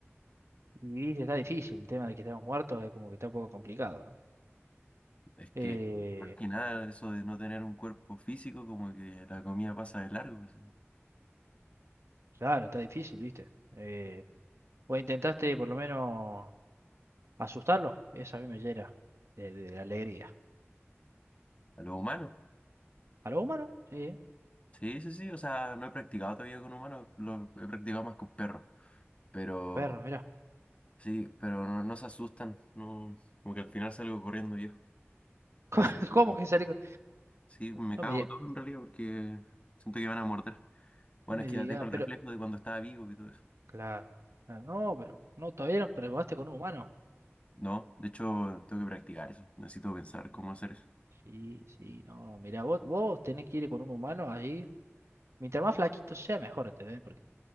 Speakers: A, on the right (about 75°); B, on the left (about 25°).
A: Y viste, está difícil el tema de que estamos muertos, es como que está un poco complicado, ¿no?
B: Es que
A: Eh,
B: más que nada eso de no tener un cuerpo físico, como que la comida pasa de largo. pues, sí,
A: claro, está difícil, viste. Eh, vos intentaste por lo menos asustarlo, eso a mí me llena de, de- de alegría.
B: A los humanos.
A: ¿A lo humano? Sí, ¿eh?
B: Sí, sí, sí. O sea, no he practicado todavía con humanos, lo he practicado más con perros. Pero
A: perro, mirá. <laughs>
B: sí, pero no, no se asustan. No, como que al final salgo corriendo yo.
A: ¿Cómo
B: De hecho, no-
A: cómo que salió? con-
B: sí, me
A: No
B: cago
A: me diga,
B: todo en realidad porque siento que van a morder. Bueno,
A: no me
B: es
A: diga,
B: que ya tengo el
A: pero.
B: reflejo de cuando estaba vivo y todo eso.
A: Claro, claro, no, pero no, todavía no probaste con un humano.
B: No, de hecho, tengo que practicar eso. Necesito pensar cómo hacer eso.
A: Sí, sí, no, mirá, vos, vos tenés que ir con un humano allí. Mientras más flaquito sea, mejor, ¿entendés? Porque